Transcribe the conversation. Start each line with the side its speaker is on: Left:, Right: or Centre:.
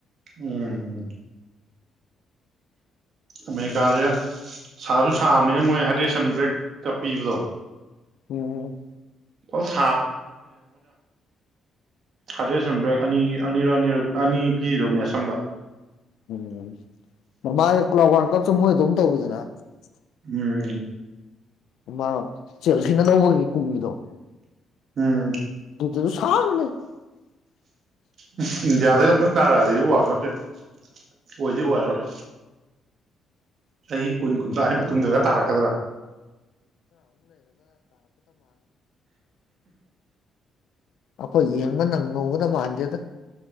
Right: ꯎꯝ ꯑꯃꯦꯔꯤꯀꯥꯁꯦ ꯁꯥꯁꯨ ꯁꯥꯕꯅꯦꯅ ꯃꯣꯏ ꯍꯥꯏꯗ꯭ꯔꯦꯁꯟ ꯕ꯭ꯔꯦꯛꯀ ꯄꯤꯕꯗꯣ
Left: ꯎꯝ
Right: <inaudible> ꯍꯥꯏꯗꯔꯦꯁꯟ ꯕ꯭ꯔꯦꯛ ꯑꯅꯤ ꯑꯅꯤꯔꯛ ꯑꯅꯤꯔꯛ ꯑꯅꯤ ꯄꯤꯗꯣ ꯃꯦꯁ ꯑꯃꯗ
Left: <inaudible>
Right: ꯎꯝ
Left: ꯑꯃꯥ ꯆꯦꯜꯁꯤꯅ ꯂꯧꯕꯒꯤ ꯀꯨꯝꯒꯤꯗꯣ
Right: ꯎꯝ
Left: <inaudible>
Right: ꯑꯨꯝ ꯏꯟꯗꯤꯌꯥꯗꯥꯒ ꯑꯝꯛꯇꯪ ꯇꯥꯔꯛꯑꯗꯤ ꯋꯥꯜꯀꯞꯁꯦ ꯑꯣꯏꯗꯤ ꯑꯣꯏꯔꯔꯣꯏ
Left: <inaudible> <inaudible> <inaudible>
Right: ꯆꯍꯤ ꯀꯨꯟ ꯀꯨꯟꯊ꯭ꯔꯥꯒꯤ ꯃꯇꯨꯡꯗꯒ ꯇꯥꯔꯛꯀꯗ꯭ꯔꯥ
Left: ꯑꯈꯣꯏ ꯌꯦꯡꯕ ꯅꯪ ꯉꯧꯒꯗ ꯃꯥꯟꯗꯦꯗ